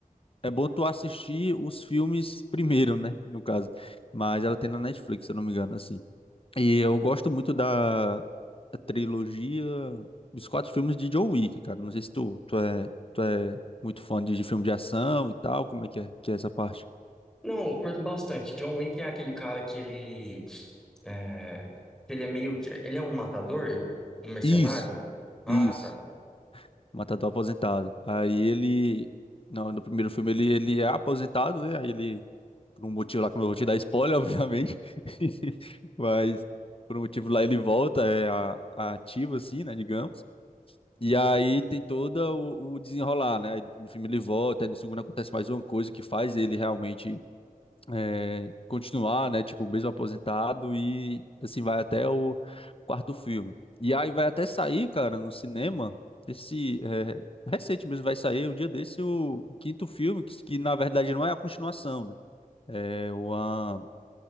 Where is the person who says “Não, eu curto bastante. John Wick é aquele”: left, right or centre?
Centre